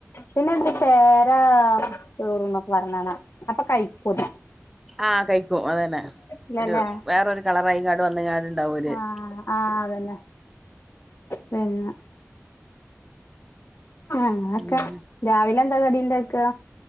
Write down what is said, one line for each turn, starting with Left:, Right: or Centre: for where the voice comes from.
Left: പിന്നെ എന്താ ചേരാ കേറുംന്നൊക്കെ പറയ്ണ കാണാം അപ്പൊ കൈയ്ക്കും അത്
Centre: ആഹ് കൈയ്ക്കും അത് തന്നെ
Left: ഇല്ലല്ലേ
Centre: ഒരു വേരോരു കളറായിങ്ങാട്ട് വന്ന്ങ്ങാണ്ട് ഉണ്ടാവും ഒര -
Left: ആഹ് ആഹ് തന്നെ പിന്നെ- ആഹ്
Centre: പിന്നെ
Left: ക രാവിലെ എന്താ കടിയിണ്ടാക്കാ